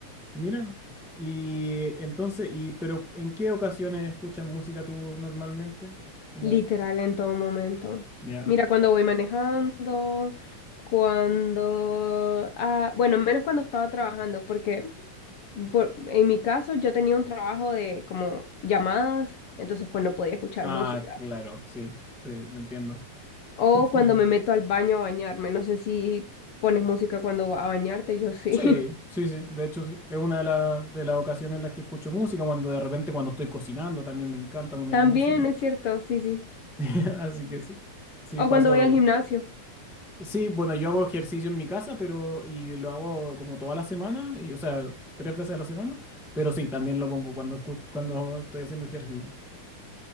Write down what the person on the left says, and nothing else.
Literal en todo momento.
Mira, cuando voy manejando, cuando... ah, bueno, menos cuando estaba trabajando, porque por- en mi caso yo tenía un trabajo de como llamadas, entonces pues no podía escuchar
música.
O
cuando me meto al baño a bañarme, no sé si pones música cuando vas a bañarte, yo sí.
<laughs>
También
es cierto, sí, sí.
O
cuando voy al gimnasio.